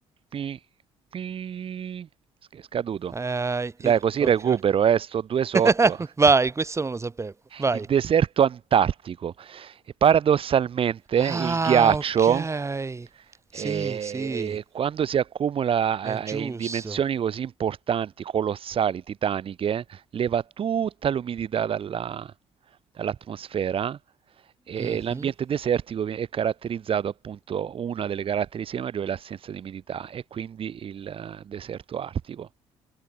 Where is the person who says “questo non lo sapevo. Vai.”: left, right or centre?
Right